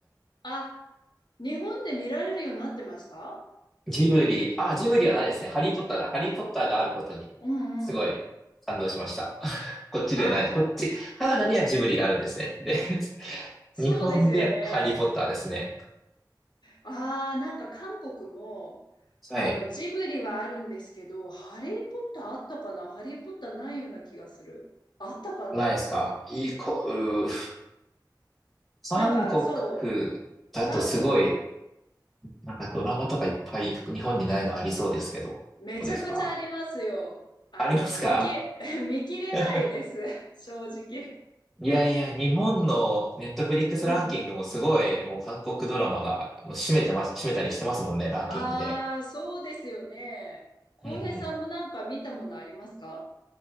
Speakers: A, on the left (about 75°); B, in the centre.
A: あ、日本で見られるようになってましたジブリ。
B: ジブリ、あ、ジブリはないですね。ハリーポッターだ。ハリーポッターがあることに、
A: うんうん。
B: すごい感動しました。<laughs> こっちではないな。
A: あ、
B: こっち、カナダにはジブリがあるんですね。で、<laughs>
A: そうですよね。
B: 日本でハリーポッターですね。
A: ああ、なんか韓国も、
B: はい。
A: あの、ジブリはあるんですけど、ハリー・ポッターあったかなハリー・ポッターないような気がする。あったかな
B: ないですかいいこ、うー韓国
A: なんか、そう、
B: だとすごい
A: 韓国、
B: なんかドラマとかいっぱい日本にないのありそうですけど、
A: めちゃくちゃありますよ。
B: どうですか
A: あの、
B: ありますか
A: 見き、<laughs> 見切れないです。
B: <laughs>
A: 正直。
B: いやいや、日本のネットフリックスランキングもすごい、
A: うん
B: もう韓国ドラマがもう占めてます、占めたりしてますもんね、ランキングで。
A: ああ、そうですよね。浩平さんもなんか見たものありますか
B: うんうん。